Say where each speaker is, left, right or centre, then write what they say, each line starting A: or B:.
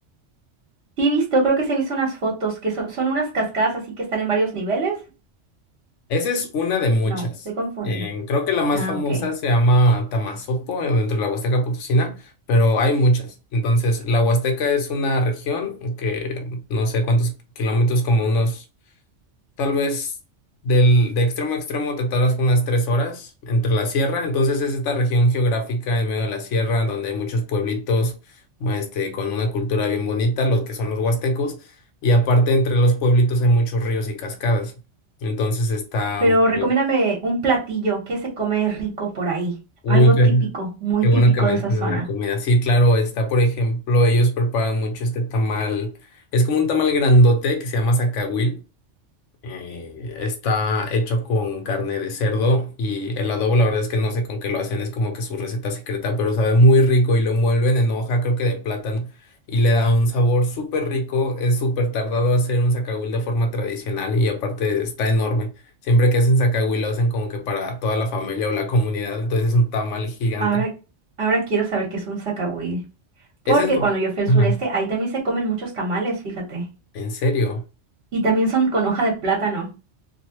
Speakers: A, on the right; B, on the left.
A: Sí, he visto, creo que se he visto unas fotos que son, son unas cascadas así que están en varios niveles.
B: Esa es una de muchas.
A: No, estoy confundida.
B: Eh, creo que la más
A: Ah,
B: famosa
A: ok.
B: se llama Tamasopo, eh, dentro de la Huasteca Potosina, pero hay muchas. Entonces, la Huasteca es una región que no sé cuántos kilómetros, como unos Tal vez del, de extremo a extremo te tardas como unas tres horas entre la sierra. Entonces es esta región geográfica en medio de la sierra donde hay muchos pueblitos este, con una cultura bien bonita, los que son los huastecos. Y aparte entre los pueblitos hay muchos ríos y cascadas. Entonces está
A: Pero
B: muy...
A: recomiéndame un platillo que se come rico por ahí,
B: Uy,
A: algo
B: qué,
A: típico, muy
B: qué
A: típico
B: bueno que mencionas
A: de esa zona.
B: la comida. Sí, claro, está, por ejemplo, ellos preparan mucho este tamal. Es como un tamal grandote que se llama zacahuil Eh, está hecho con carne de cerdo y el adobo, la verdad es que no sé con qué lo hacen, es como que su receta secreta, pero sabe muy rico y lo envuelven en hoja, creo que de plátano, y le da un sabor súper rico. Es súper tardado hacer un zacahuil de forma tradicional y aparte está enorme. Siempre que hacen zacahuil lo hacen como que para toda la familia o la comunidad, entonces es un tamal gigante.
A: Ahora, ahora quiero saber qué es un zacahuil. Porque
B: ¿Es eso?
A: cuando yo fui al
B: Ajá.
A: sureste, ahí también se comen muchos tamales, fíjate.
B: ¿En serio?
A: Y también son con hoja de plátano.